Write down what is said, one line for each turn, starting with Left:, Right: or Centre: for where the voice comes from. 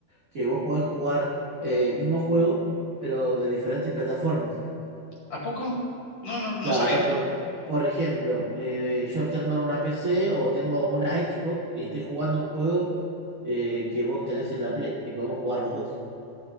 Right: que vos podés jugar eh, mismo juego, pero de diferentes plataformas.
Left: ¿a poco? No, no, no
Right: Claro,
Left: sabía.
Right: por, por ejemplo, eh, yo tengo una PC o tengo una Xbox y estoy jugando un juego eh, que vos tenés en la Play y podemos jugar los dos.